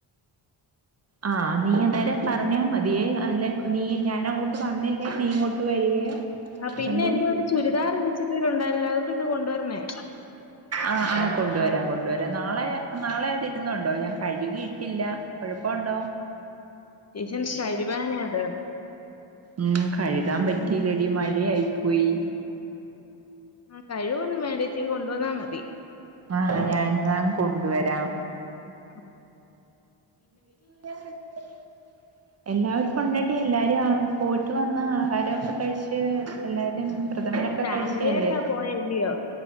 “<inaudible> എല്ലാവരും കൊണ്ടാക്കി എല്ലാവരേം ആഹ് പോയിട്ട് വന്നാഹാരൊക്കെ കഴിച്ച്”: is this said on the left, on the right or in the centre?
Right